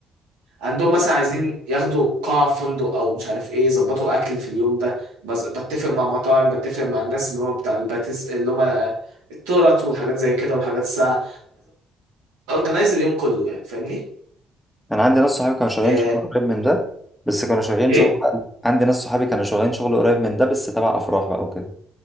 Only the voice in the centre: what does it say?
انا عندي ناس صحابي كانوا شغالين
شغل قريب من ده بس كانوا شغالين
شغل عندي ناس صحابي كانوا شغالين شغل قريب من ده بس تبع افراح بقى وكده